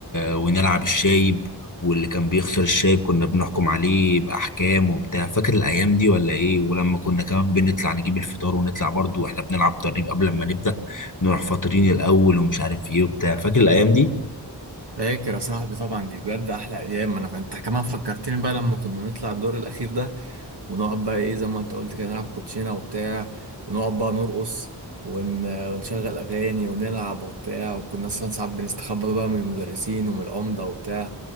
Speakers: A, on the left; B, on the right.
A: ونلعب الشايب واللي كان بيخسر الشايب كنا بنحكم عليه بأحكام وبتاع فاكر الأيام دي ولا إيه ولما كنا كمان بنطلع نجيب الفطار ونطلع برضو وإحنا بنلعب ترنيب قبل ما نبدأ نروح فاطرين الاول ومش عارف ايه وبتاع فاكر الايام دي
B: فاكر يا صاحبي طبعا دي بجد احلى ايام انا انت كمان فكرتني بقى لما كنا نطلع الدور الاخير ده ونقعد بقى ايه زي ما انت قلت كده نلعب كوتشينه وبتاع ونقعد بقى نرقص ون... ونشغل اغاني ونلعب وبتاع وكنا اصلا ساعات بنستخبى بقى من المدرسين ومن العمده وبتاع